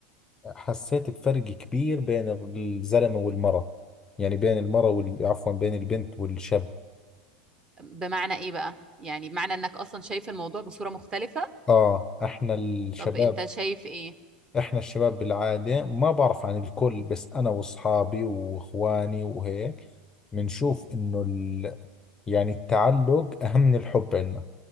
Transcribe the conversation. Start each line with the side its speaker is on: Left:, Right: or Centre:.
Left: حسيت بفرق كبير بين الزلمة والمرأة يعني بين المرأة وال... عفوا بين البنت والشاب
Right: بمعنى ايه بقى يعني بمعنى انك اصلا شايف الموضوع بصورة مختلفة
Left: اه احنا الشباب
Right: طب انت شايف ايه
Left: احنا الشباب بالعادة ما بعرف عن الكل بس انا واصحابي واخواني وهيك بنشوف انه ال... يعني التعلق اهم من الحب عندنا